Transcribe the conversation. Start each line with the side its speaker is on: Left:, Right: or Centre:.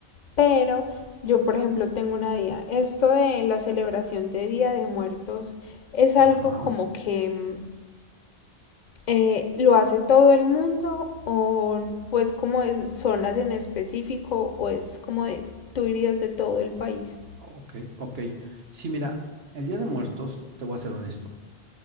Left: Pero yo, por ejemplo, tengo una idea. Esto de la celebración de Día de Muertos es algo
Right: Ajá.
Left: como que mm, eh, lo hace todo el mundo o, o es como de zonas en específico o es como de tú irías de todo el país.
Right: Ok, ok. Sí, mira, el Día de Muertos, te voy a ser honesto,